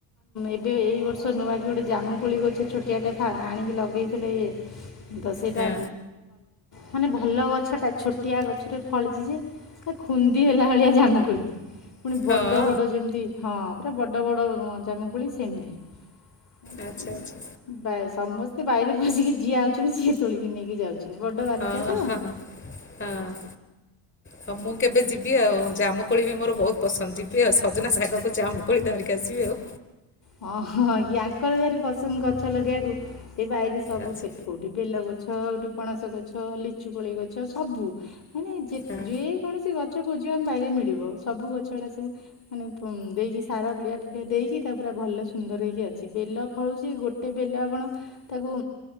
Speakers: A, on the left; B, on the left.
A: ଏବେ ଏଇ ବର୍ଷ ନୂଆ କି ଗୋଟେ ଜାମୁକୋଳି ଗ କିଛ ଛୋଟିଆଟେ ଆଣିକି ଲଗେଇଥିଲେ ଇଏ ତ ସେଇଟା
B: ହଁ।
A: ମାନେ ଭଲ ଗଛ ଟା ଛୋଟିଆ ଗଛରେ ଫଳିଛି ଯେ ସେ ଖୁନ୍ଦି ହେଲା ଭଳିଆ ଜାମୁକୁୋଳି ପୁଣି ବଡ଼
B: ହଁ
A: ବଡ଼ ଯେମିତି ହଁ ପୁରା ବଡ଼ ବଡ଼ ଜାମୁକୁୋଳି ସେମିତି
B: ଆଚ୍ଛା ଆଚ୍ଛା
A: ସମସ୍ତେ ବାହରେ ବସିକି ଯିଏ ଆାଉଛନ୍ତି ସିଏ ତୋଳିକି ନେଇକି ଯାଉଛନ୍ତି ଅଛନ୍ତି ବଡ ବାରିଟା
B: ହଁ ହଁ
A: ତଁ
B: ହଁ ହଁ ହଁ ମୁଁ କେବେ ଯିବି ଆଉ ଜାମୁକୋଳି ବି ମୋର ବହୁତ ପସନ୍ଦ ଯିବି ଆଉ ସଜନା ଶାଗକୁ ଜାମୁକୋଳି ଧରିକି ଆସିବି ଆଉ
A: ହଁ ହଁ ୟାଙ୍କରାରି ପସନ୍ଦ ଗଛ ଲଗେଇବାକୁ ଏ ବ ସବୁ
B: ଆଚ୍ଛା
A: କେତେ କୋଉଠି ବେଲଗଛି ଗଛ ଗୋଠେ ପଣସ ଗଛ ଲିଚୁ କୋଳି ଗଛ ସବୁ ମାନେ ଯେ
B: ହଁ
A: ଯେ କୌଣସି ଗଛ କ ଜନ ବାରେ ମିଳିବ ସବୁ ଗଛ ଗୁଡା ସବୁ ମାନେ ଦେଇକି ସାର ପିଡିଆ ଫିଡିଆ ଦେଇକି ତାକୁ ପୁରା ଭଲ ସୁନ୍ଦର ହେଇକି ଅଛି ବେଲ ଫଳୁଛି ଗୋଟେ ବେଲ ଆପଣ ତାକୁ